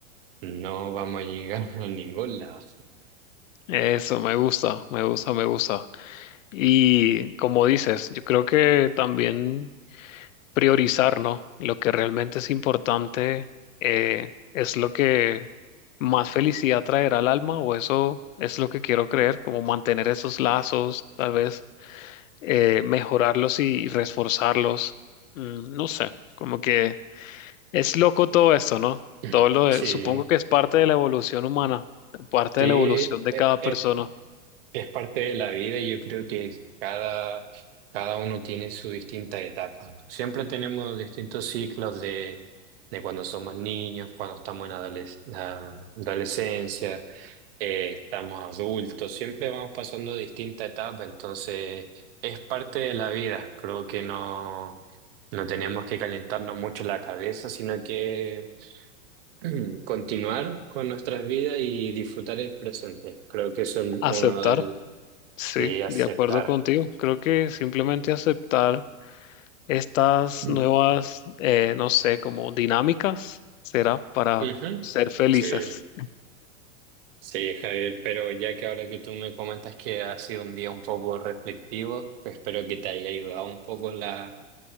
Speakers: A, on the right; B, on the left.
A: no vamos a llegar <laughs> a ningún lado.
B: Eso me gusta, me gusta, me gusta. Y como dices, yo creo que también priorizar, ¿no? Lo que realmente es importante eh, es lo que más felicidad traerá al alma, o eso es lo que quiero creer, como mantener esos lazos, tal vez eh, mejorarlos y reforzarlos. Mm, no sé, como que es loco todo esto, ¿no?
A: <clears throat>
B: Todo lo de-
A: Sí,
B: supongo que es parte de la evolución humana, parte
A: sí,
B: de la evolución de
A: e-
B: cada
A: es,
B: persona.
A: es parte de la vida y yo creo que cada, cada uno tiene su distinta etapa. Siempre tenemos distintos ciclos de, de cuando somos niños, cuando estamos en adoles- la adolescencia, eh, estamos adultos, siempre vamos pasando distinta etapa, entonces es parte de la vida. Creo que no, no tenemos que calentarnos mucho la cabeza, sino que... <clears throat> Continuar con nuestras vidas y disfrutar el presente. Creo que eso es
B: Aceptar,
A: uno del...
B: sí,
A: Sí, aceptar.
B: de acuerdo contigo.
A: <clears throat>
B: Creo que simplemente aceptar estas
A: Mm.
B: nuevas, eh, no sé, como dinámicas, será para
A: Ujú.
B: ser felices.
A: Sí, sí, Javier, pero ya que ahora que tú me comentas que ha sido un día un poco reflectivo, pues espero que te haya ayudado un poco la...